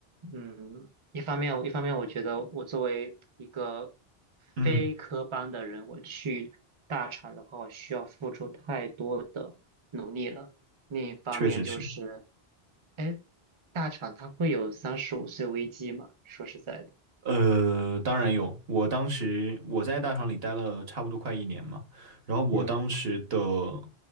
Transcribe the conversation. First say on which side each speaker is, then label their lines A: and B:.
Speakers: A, on the right; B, on the right.
A: 嗯，一方面一方面我觉得我作为一个
B: 嗯，
A: 非科班的人，我去大厂的话，我需要付出太多的努力了。另一方面就是，
B: 确实是。
A: 哎，大厂它会有三十五岁危机吗？说实在的，
B: 呃，当然有。我当时我在大厂里待了差不多快一年嘛，然后我当时的
A: 嗯